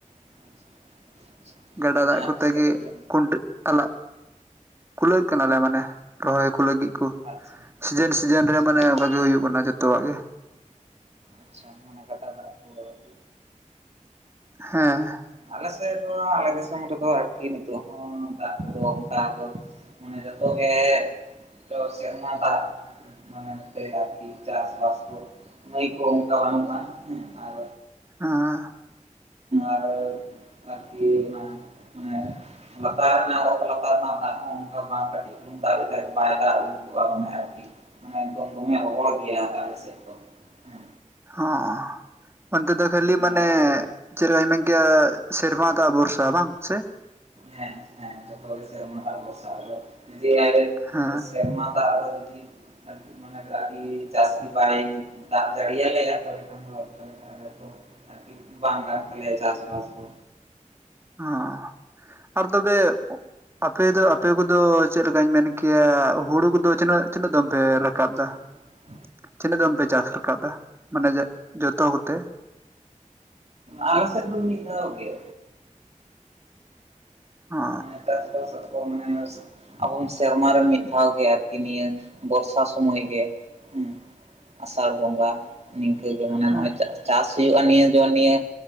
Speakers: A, on the right (about 55°); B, on the right (about 20°).
A: <inaudible>
B: ᱜᱟᱰᱟ
A: ᱢᱟᱱᱮ
B: ᱫᱟᱜ ᱠᱚᱛᱮ
A: ᱟᱯᱮ ᱥᱮᱫ
B: ᱜᱮ
A: ᱫᱚ ᱚ ᱟᱪᱪᱷᱟ
B: ᱠᱷᱰᱟᱹ ᱟᱞᱟᱜ ᱠᱩᱞᱟᱹᱜ ᱠᱟᱱᱟᱞᱮ ᱢᱟᱱᱮ, ᱨᱚᱦᱚᱭᱠᱩ ᱞᱟᱹᱜᱤᱜ ᱠᱩ
A: ᱟᱪᱪᱷᱟ
B: ᱥᱤᱡᱮᱱ ᱥᱤᱡᱮᱱ
A: ᱟᱪᱪᱷᱟ
B: ᱨᱮ ᱢᱟᱱᱮ
A: ᱟᱪᱪᱷᱟ
B: ᱚᱝᱠᱟᱜ ᱜᱮ ᱦᱩᱭᱩᱜ ᱠᱟᱱᱟ ᱡᱚᱛᱚᱣᱟᱜ ᱜᱮ᱾
A: ᱟᱪᱪᱷᱟ ᱢᱟᱱᱮ ᱜᱟᱰᱟ ᱫᱟᱜ ᱠᱚ ᱟᱨᱠᱤ
B: ᱦᱮᱸ
A: ᱟᱞᱮ ᱥᱮᱫ ᱫᱚ ᱟᱞᱮ ᱫᱤᱥᱚᱢ ᱨᱮᱫᱚ ᱟᱨᱠᱤ ᱱᱤᱛᱳᱜ ᱦᱚᱸ ᱫᱟᱜ ᱠᱚᱫᱚ ᱚᱱᱠᱟ ᱫᱚ ᱢᱟᱱᱮ ᱡᱚᱛᱚᱜᱮ ᱛᱚ ᱥᱮᱨᱢᱟ ᱫᱟᱜ, ᱢᱟᱱᱮ ᱟᱨᱠᱤ ᱪᱟᱥᱵᱟᱥ ᱠᱚ ᱱᱟᱹᱭ ᱠᱚ ᱚᱝᱠᱟ ᱵᱟᱹᱱᱩᱜ-ᱟ ᱦᱮᱸ ᱟᱨ
B: ᱦᱟᱸ
A: ᱟᱨ ᱟᱨᱠᱤ ᱚᱱᱟ ᱢᱟᱱᱮ ᱞᱟᱛᱟᱨ ᱨᱮᱱᱟᱜ ᱚᱛ ᱞᱟᱛᱟᱨ ᱨᱮᱱᱟᱜ ᱫᱟᱜ ᱦᱚᱸ ᱚᱝᱠᱟ ᱵᱟᱝ ᱠᱟᱹᱴᱤᱜ ᱞᱩᱝ ᱫᱟᱜ ᱞᱮᱠᱟᱡ ᱵᱟᱭ ᱫᱟᱜ ᱟᱹᱜᱩ ᱠᱚᱜ-ᱟ ᱢᱟᱱᱮ ᱟᱨᱠᱤ ᱢᱟᱱᱮ ᱮᱠᱫᱚᱢ ᱫᱚᱢᱮ ᱨᱚᱦᱚᱲ ᱜᱮᱭᱟ ᱟᱞᱮ ᱥᱮᱫ ᱫᱚ᱾ ᱦᱮᱸ
B: ᱦᱚᱸ ᱚᱱᱛᱮ ᱫᱚ ᱠᱷᱟᱹᱞᱤ ᱢᱟᱱᱮ
A: ᱟᱨ ᱛᱟᱦᱞᱮ
B: ᱪᱮᱫ ᱞᱮᱠᱟᱧ ᱢᱮᱱ ᱠᱮᱭᱟ ᱥᱮᱨᱢᱟ ᱫᱟᱜ ᱵᱷᱚᱨᱥᱟ ᱵᱟᱝ ᱥᱮ
A: ᱦᱮᱸᱦᱮᱸ ᱡᱚᱛᱚ ᱜᱮ ᱥᱮᱨᱢᱟ ᱫᱟᱜ ᱵᱷᱚᱨᱥᱟ ᱟᱫᱚ ᱡᱮ ᱟᱰᱤ
B: ᱦᱮᱸ
A: ᱥᱮᱨᱢᱟ ᱫᱟᱜ ᱟᱰᱤ ᱢᱟᱱᱮ ᱪᱟᱹᱥᱤ ᱵᱟᱭ ᱫᱟᱜ ᱡᱟᱹᱲᱤᱭᱟᱞᱮᱭᱟ ᱛᱟᱦᱞᱮ ᱠᱷᱟᱱ ᱫᱚ ᱟᱨᱠᱤ ᱵᱟᱝ ᱜᱟᱱᱚᱜ ᱛᱟᱞᱮᱭᱟ ᱪᱟᱥ ᱵᱟᱥ ᱠᱚ᱾
B: ᱦᱚᱸ ᱟᱨ ᱛᱚᱵᱮ ᱟᱯᱮ ᱫᱚ ᱟᱯᱮ ᱠᱚᱫᱚ ᱪᱮᱫ ᱞᱮᱠᱟᱧ ᱢᱮᱱ ᱠᱮᱭᱟ ᱦᱩᱲᱩ ᱠᱚᱫᱚ ᱛᱤᱱᱟᱹᱜ ᱛᱤᱱᱟᱹᱜ ᱫᱚᱢ ᱯᱮ ᱨᱟᱠᱟᱵ ᱫᱟ?
A: <inaudible>
B: ᱛᱤᱱᱟᱹᱜ ᱫᱚᱢ ᱯᱮ ᱪᱟᱥ ᱨᱟᱠᱟᱵᱫᱟ ᱢᱟᱱᱮ ᱡᱚᱛᱚ ᱠᱚᱛᱮ
A: ᱟᱞᱮ ᱥᱮᱫ ᱫᱚ ᱢᱤᱫ ᱫᱷᱟᱣ ᱜᱮ᱾
B: ᱦᱚ
A: <unintelligible> ᱟᱵᱚᱢ ᱥᱮᱨᱢᱟᱨᱮ ᱢᱤᱫ ᱫᱷᱟᱣ ᱜᱮ ᱟᱨᱠᱤ ᱱᱤᱭᱟᱹ ᱵᱚᱨᱥᱟ ᱥᱳᱢᱚᱭ ᱜᱮ ᱦᱩᱸ ᱟᱥᱟᱲ ᱵᱚᱸᱜᱟ ᱱᱤᱝᱠᱟᱹ ᱜᱮ ᱢᱟᱱᱮ
B: ᱦᱮᱸ
A: ᱱᱚᱜ-ᱚᱭ ᱪᱟᱥ ᱪᱟᱥ ᱦᱩᱭᱩᱜ-ᱟ ᱱᱤᱭᱟᱹ ᱡᱚᱱ ᱱᱤᱭᱟᱹ